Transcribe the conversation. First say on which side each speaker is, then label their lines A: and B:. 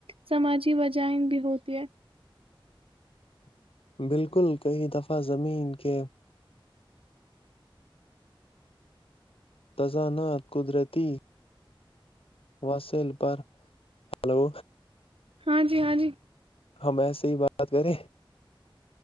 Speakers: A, on the right; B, on the left.
A: سماجی وجائن بھی ہوتی ہے
B: بالکل کئی دفعہ زمین کے تزان قدرتی وسل پر ہلو
A: ہاں جی ہاں جی
B: ہم ایسے ہی بات کریں